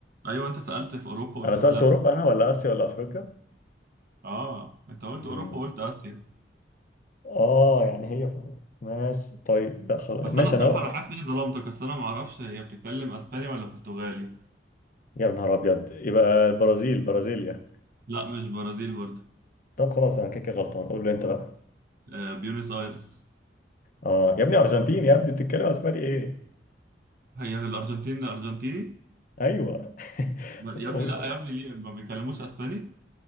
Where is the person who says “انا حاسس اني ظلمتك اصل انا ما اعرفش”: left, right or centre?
Right